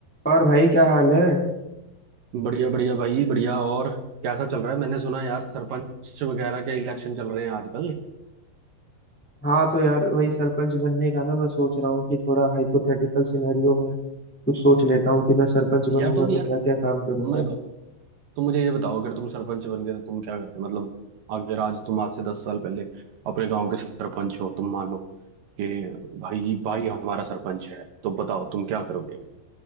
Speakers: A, in the centre; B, on the right.
A: और भाई क्या हाल है
B: बढ़िया बढ़िया भाई बढ़िया और कैसा चल रहा है मैंने सुना यार सरपंच वगैरह के इलेक्शन चल रहे हैं आजकल
A: हाँ तो यार वही सरपंच बनने का ना मैं सोच रहा हूँ कि थोड़ा हाइपोथेटिकल सिनेरियो में कुछ सोच लेता हूँ कि मैं सरपंच बनूंगा
B: यार तुम यार
A: तो क्या क्या काम करूंगा
B: मेरे को तुम मुझे ये बताओ अगर तुम सरपंच बन गए तो तुम क्या करते मतलब अगर आज तुम आज से दस साल पहले अपने गांव के सरपंच हो तुम मान लो कि भाई भाई हमारा सरपंच है तो बताओ तुम क्या करोगे